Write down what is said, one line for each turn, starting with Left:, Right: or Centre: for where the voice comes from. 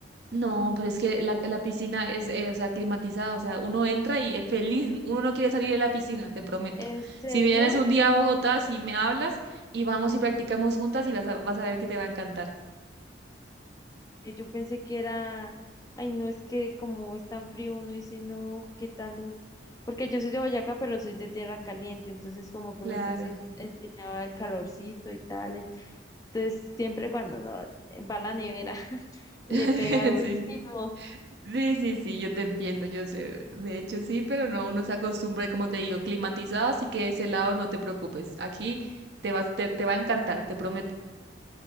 Right: No, pero es que la, la piscina es, eh, o sea, climatizada, o sea, uno entra y es feliz, uno no quiere salir de la piscina, te prometo.
Left: ¿En serio?
Right: Si vienes un día a Bogotá, si me hablas y vamos y practicamos juntas y vas a, vas a ver que te va a encantar.
Left: Eh, Yo pensé que era, ay, no, es que como es tan frío, uno dice, no, ¿qué tal? Porque yo soy de Boyacá, pero soy de tierra caliente, entonces como que
Right: Claro.
Left: uno está ense- enseñado al calorcito y tales. Entonces siempre cuando uno va a la nevera, <laughs>
Right: <laughs>
Left: le pega durísimo.
Right: Sí, Sí, sí, sí, yo te entiendo, yo sé. De hecho, sí, pero no, uno se acostumbra, y como te digo, climatizado, así que de ese lado no te preocupes. Aquí te vas, te, te va a encantar, te prometo.